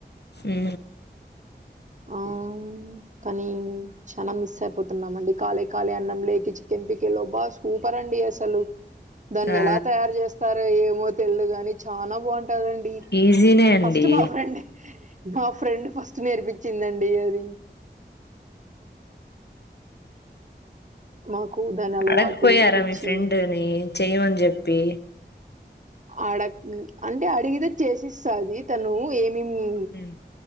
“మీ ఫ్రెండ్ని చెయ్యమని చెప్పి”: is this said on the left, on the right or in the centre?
Left